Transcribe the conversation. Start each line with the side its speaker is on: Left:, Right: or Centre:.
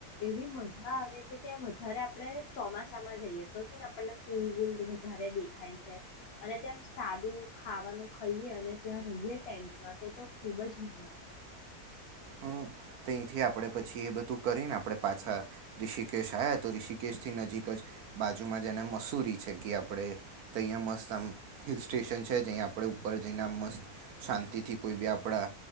Left: એવી મજા આવે કે ત્યાં વધારે આપણે ચોમાસામાં જઈએ તો છે ને આપણને ફૂલવૂલ વધારે દેખાય છે અને ત્યાં સાદું ખાવાનું ખઈએ અને ત્યાં રહીએ ટેન્ટમાં તો તો ખુબ જ મજા આવે.
Right: હં અહીંથી આપણે પછી એ બધું કરીને આપણે પાછા રિષિકેશ આવ્યા તો રિષિકેશથી નજીક જ બાજુમાં જેને મસૂરી છે કે આપણે તહીંયા મસ્ત આમ હિલ સ્ટેશન છે જ્યાં આપણે ઉપર જઈને આ મસ્ત શાંતિથી કોઈ બી આપણા